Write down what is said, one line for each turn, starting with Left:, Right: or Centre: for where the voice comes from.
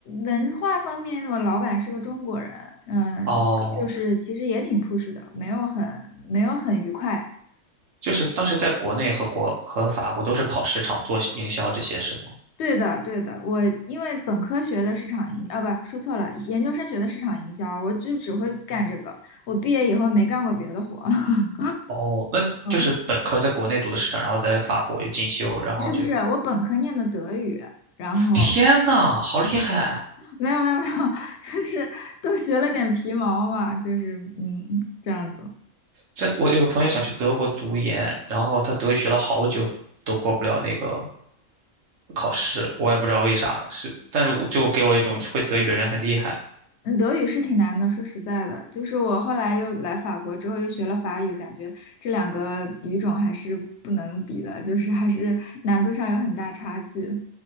Left: 文化方面，我老板是个中国人，嗯，
Right: 哦，
Left: 就是其实也挺 push 的，没有很没有很愉快。
Right: 就是当时在国内和国和法国都是跑市场做营销这些是吗？
Left: 对的，对的，我因为本科学的市场营，啊，不，说错了，研究生学的市场营销，我就只会干这个。我毕业以后没干过别的活。<laughs>
Right: 哦，那你就是本科在国内读的市场，
Left: 嗯，
Right: 然后在法国又进修，然后就，
Left: 是不是？我本科念的德语，然后
Right: 天呐，好厉害！
Left: 没有没有没有，<laughs> 就是都学了点皮毛嘛，就是嗯这样子。
Right: 这我有个朋友想去德国读研，然后他德语学了好久都过不了那个考试，我也不知道为啥，是，但是我就给我一种会德语的人很厉害。
Left: 嗯，德语是挺难的，说实在的，就是我后来又来法国之后又学了法语，感觉这两个语种还是不能比的，就是还是难度上有很大差距。